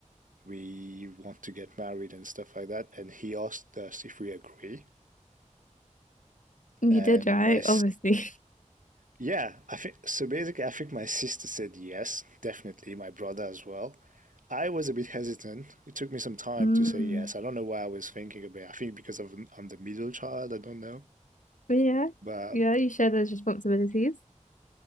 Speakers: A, on the right (about 85°); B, on the left (about 75°).
A: we want to get married and stuff like that, and he asked us if we agree
B: You
A: and
B: did right,
A: my
B: obviously.
A: Yeah, I think so. Basically, I think my sister said yes, definitely. My brother as well. I was a bit hesitant. It took me some
B: <laughs>
A: time
B: Mm.
A: to say yes. I don't know why I was thinking about it. I think because of I'm the middle child. I don't know,
B: But yeah,
A: but
B: yeah, you share those responsibilities.